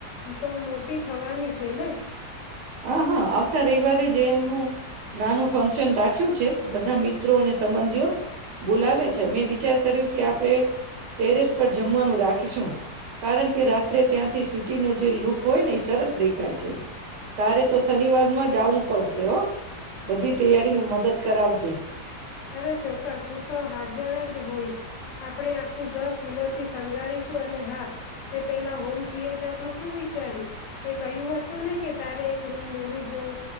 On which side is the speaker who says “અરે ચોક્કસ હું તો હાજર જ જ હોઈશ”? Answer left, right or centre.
Left